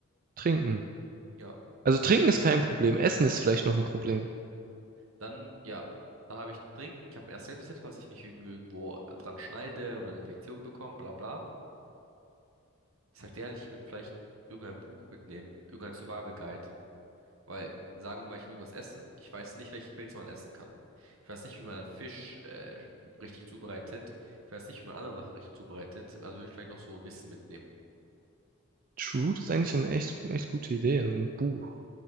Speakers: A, on the right; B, on the right.
A: trinken.
B: Ja,
A: Also trinken ist kein Problem, Essen ist vielleicht noch ein Problem.
B: dann, ja, dann habe ich Trinken. Ich habe erst Selbstbesitz, falls ich mich irgendwie irgendwo dran schneide und eine Infektion bekomme, bla bla. Ich sag dir ehrlich, ich würde vielleicht irgendein Buch mitnehmen, irgendein Survival Guide. Weil, sagen wir mal, ich will irgendwas essen. Ich weiß nicht, welche Pilze man essen kann. Ich weiß nicht, wie man einen Fisch äh, richtig zubereitet. Ich weiß nicht, wie man andere Sachen richtig zubereitet. Also will ich vielleicht noch so Wissen mitnehmen.
A: True, das ist eigentlich eine echt, eine echt gute Idee, also ein Buch.